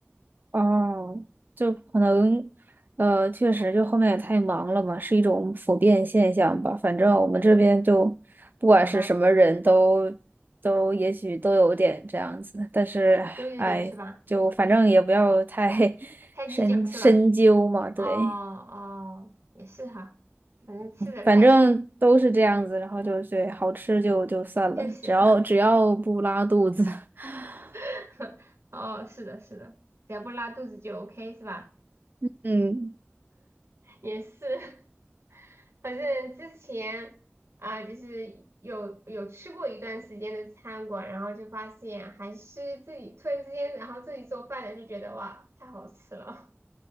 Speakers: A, on the right; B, on the right.
A: 哦，就可能，呃，确实，就后面也太忙了嘛，是一种普遍现象吧。反正我们这边就，不管是什么人都，
B: 嗯，
A: 都也许都有点这样子。但是，
B: 都有点是吧？
A: 哎，就反正也不要太 <laughs>
B: 太计较是吧？
A: 深深究嘛。对，
B: 哦哦，也是哈，反正吃的开心就
A: 反正都是这样子。然后就是好吃就就算了，
B: 就行。
A: 只要只要不拉肚子，<laughs>
B: <laughs> 哦，是的，是的，只要不拉肚子就 OK 是吧？
A: 嗯。
B: 也是。<laughs> 反正之前啊、就是有有吃过一段时间的餐馆，然后就发现还是自己突然之间，然后自己做饭的就觉得哇，太好吃了。